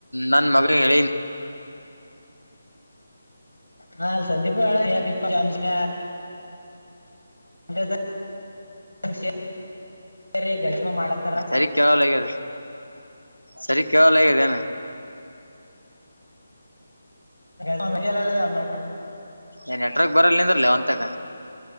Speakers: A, on the right (about 90°); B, on the left (about 85°).
A: ನನ್ ಮಗನ್ ಹೇಳಿನಿ
B: ಹಾ ಸಂದೀಪ ಹೇಳ ಅದ ಹಸ ಸರಿ ಗಜಮಾ ಮಾಡತಾರ
A: ಸರಿ ಕೇಳಲಗ್ಯದ ಸರಿ ಕೆವ ಲೈದೆನೆ
B: ಮ ಮೇಲ್ಲ ಎಲ್ಲಡ್ರ
A: ಏ ನೆಟ್ವರ್ಕ್ ಬರಲ್ ನಿಂದ್ರಲ್ಲ ಒಂತಾಗ